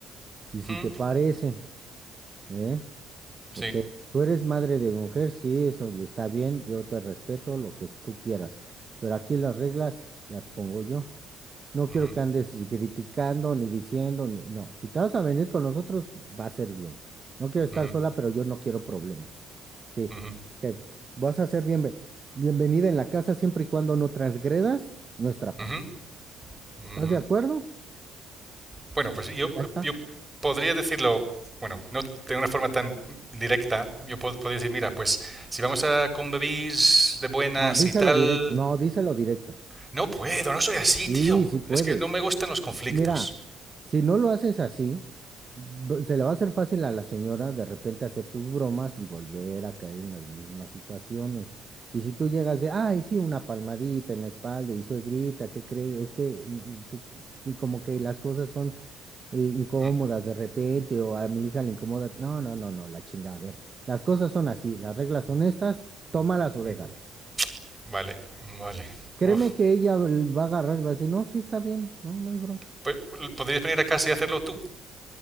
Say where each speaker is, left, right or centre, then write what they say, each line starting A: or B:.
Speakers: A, on the right (about 40°); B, on the right (about 15°).
A: Y si
B: Hmm,
A: te parece, ¿eh?
B: Sí.
A: Porque tú eres madre de mujer, sí, eso lo está bien, yo te respeto lo que tú quieras, pero aquí las reglas las pongo yo. No
B: Ujú,
A: quiero que andes criticando ni diciendo, ni- no, si te vas a venir con nosotros, va a ser bien. No quiero estar
B: ujú,
A: sola, pero yo no quiero problemas. Sí,
B: ujú,
A: que vas a ser bienve- bienvenida en la casa siempre y cuando no transgredas nuestra
B: ujú,
A: paz.
B: ujú.
A: ¿Estás de acuerdo?
B: Bueno, pues yo,
A: Y ya está.
B: yo podría decirlo, bueno, no de una forma tan directa. Yo pod- podría decir, mira, pues si vamos a convivir de buenas
A: No, díselo
B: y tal.
A: directo, no, díselo directo.
B: No puedo, no soy así,
A: Sí,
B: tío.
A: sí puedes.
B: Es que no me gustan los
A: S-
B: conflictos.
A: Mira, si no lo haces así, b- se le va a hacer fácil a la señora de repente hacer sus bromas y volver a caer en las mismas situaciones. Y si tú llegas de, ay, sí, una palmadita en la espalda y suegrita, ¿qué crees? Es que, mm, que- que como que las cosas son eh, incómodas
B: Mm,
A: de repente o a mi hija le incomoda. No, no, no, no, la chinga. A ver, las cosas son así, las reglas son estas, tómalas o
B: mm,
A: déjalas.
B: Vale, vale.
A: Créeme
B: Uf.
A: que ella va a agarrar y va a decir, no, sí está bien, no, no hay bronca.
B: Pe- ¿Podrías venir a casa y hacerlo tú?